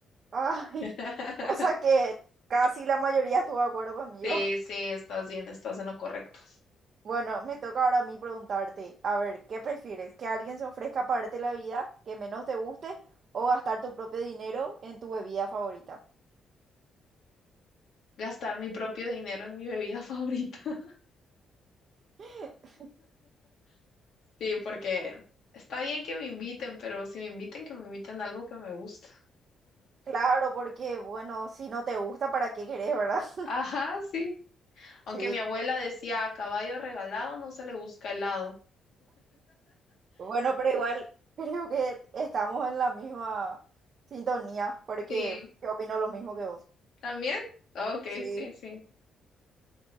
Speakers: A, on the right; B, on the left.
A: Ay,
B: <laughs>
A: <laughs> o sea que casi la mayoría estuvo de acuerdo conmigo.
B: Sí,
A: <laughs>
B: sí, estás bien, estás en lo correcto.
A: Bueno, me toca ahora a mí preguntarte, a ver, ¿qué prefieres? ¿Que alguien se ofrezca a pagarte la vida que menos te guste o gastar tu propio dinero en tu bebida favorita?
B: Gastar mi propio dinero en mi bebida <laughs> favorita.
A: <laughs>
B: Sí, porque está bien que me inviten, pero si me inviten, que me inviten a algo que me gusta.
A: Claro, porque bueno, si no te gusta, ¿para qué querés, verdad?
B: Ajá,
A: <laughs>
B: sí. Aunque
A: Sí,
B: mi abuela decía, a caballo regalado no se le busca helado.
A: bueno, pero igual creo que estamos en la misma sintonía, porque
B: Sí,
A: yo opino lo mismo que vos.
B: también. Ok,
A: Sí,
B: sí, sí.